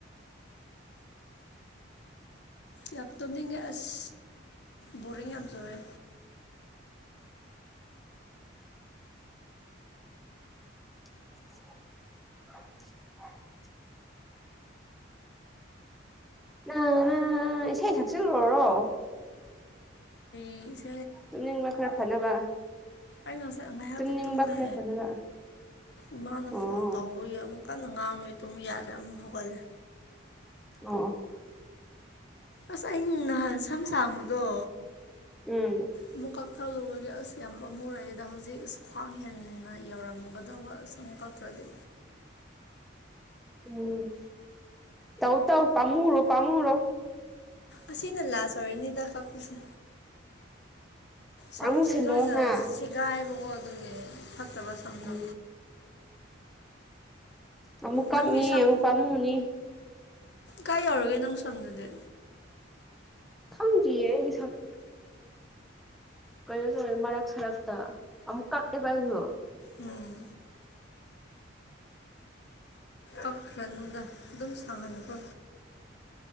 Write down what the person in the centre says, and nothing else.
<unintelligible> ꯅ ꯅ ꯏꯁꯩ ꯁꯛꯆꯤꯜꯂꯨꯔꯣ
ꯇꯨꯝꯅꯤꯡꯕ ꯈꯔ ꯐꯅꯕ
ꯇꯨꯝꯅꯤꯡꯕ
ꯈꯔ ꯐꯅꯕ
ꯑꯣ
ꯑꯣ
ꯎꯝ
ꯎꯝ ꯇꯧ ꯇꯧ ꯄꯥꯝꯃꯨꯔꯣ ꯄꯥꯝꯃꯨꯔꯣ
ꯄꯥꯝꯃꯨꯁꯤꯜꯂꯣ
ꯍꯥ
ꯎꯝ ꯑꯃꯨꯛ ꯀꯝꯅꯤ
ꯑꯃꯨꯛ ꯄꯥꯃꯨꯅꯤ
ꯈꯪꯗꯦꯌꯦ ꯑꯩꯒꯤ ꯁꯥꯝꯗꯤ ꯀꯩꯅꯣ ꯇꯧꯔꯦ ꯃꯔꯛ ꯁꯔꯛꯇ ꯑꯃꯨꯛ ꯀꯛꯑꯦꯕ ꯑꯩꯁꯨ